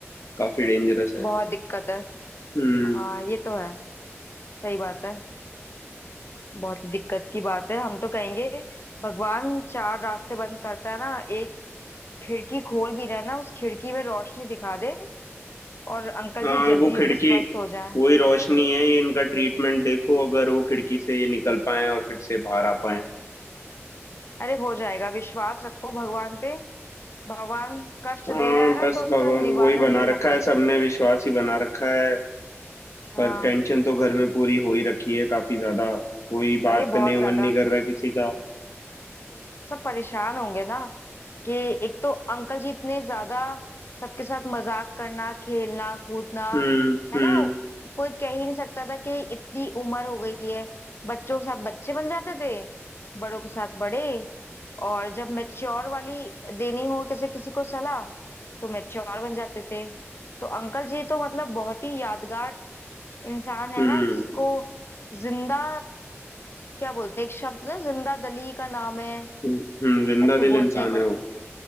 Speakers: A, on the left (about 85°); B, on the left (about 55°).
A: काफी डेंजरस है
B: बहुत दिक्कत है
A: हम्म
B: हाँ ये तो है सही बात है बहुत ही दिक्कत की बात है हम तो कहेंगे भगवान चार रास्ते बंद करता है ना एक खिड़की खोल भी रहा ना उस खिड़की में रोशनी दिखा दे और अंकल
A: हाँ
B: जी जल्दी
A: वो
B: जल्दी
A: खिड़की
B: स्वस्थ हो जाएं
A: वही रोशनी है ये इनका ट्रीटमेंट देखो अगर वो खिड़की से ये निकल पाए और फिर से बाहर आ पाए
B: अरे हो जाएगा विश्वास रखो भगवान पे भगवान कष्ट
A: हाँ
B: दे रहा है ना
A: बस
B: तो उसका
A: भगवान
B: निवारण
A: वही बना
B: भी होगा
A: रखा है सबने विश्वास ही बना रखा है
B: हाँ
A: पर टेंशन तो घर में पूरी हो ही रखी है काफी ज्यादा कोई बात
B: अरे
A: करने
B: बहुत
A: का
B: ज्यादा
A: मन नहीं कर रहा किसी का
B: सब परेशान होंगे ना कि एक तो अंकल जी इतने ज्यादा सबके साथ मजाक करना खेलना कूदना
A: हम्म
B: है
A: हम्म
B: ना कोई कह ही नहीं सकता था कि इतनी उम्र हो गई है बच्चों के साथ बच्चे बन जाते थे बड़ों के साथ बड़े और जब मैच्योर वाली देनी हो किसी किसी को सलाह तो मैच्योर बन जाते थे तो अंकल जी तो मतलब बहुत ही यादगार इंसान है
A: हम्म
B: ना जिसको जिंदा क्या बोलते हैं एक शब्द ना जिंदा दली का नाम है
A: हम्म जिंदा
B: ऐसे
A: दिल
B: बोलते
A: इंसान
B: हैं कुछ
A: है वो